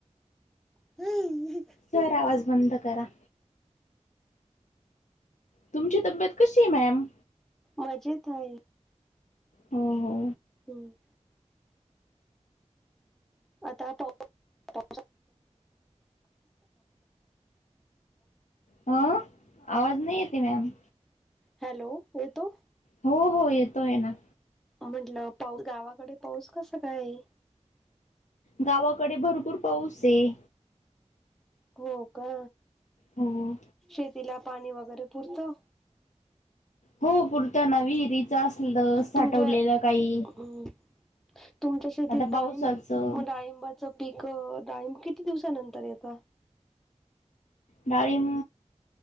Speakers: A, in the centre; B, on the left.
A: <unintelligible>
B: सर आवाज बंद करा. तुमची तब्येत कशी आहे मॅम
A: मजेत हाय.
B: हो हो.
A: हम. आता पा पा.
B: आ आवाज नाई येतेय मॅम
A: हॅलो येतोय.
B: हो हो येतोय ना.
A: आता पाऊ गावाकडे पाऊस कसा काय?
B: गावाकडे भरपूर पाऊस आहे.
A: हो का
B: हो.
A: शेतीला पाणी वगैरे पुरतं.
B: हो पुरतं नवीरीच असलं साठवलेलं
A: तुमच्या
B: काही
A: हम्म तुमच्या शेतीत
B: आता
A: डाळंबे
B: पावसाचं
A: मग डाळिंब पीक डाम किती दिवसानंतर येत.
B: डाळींम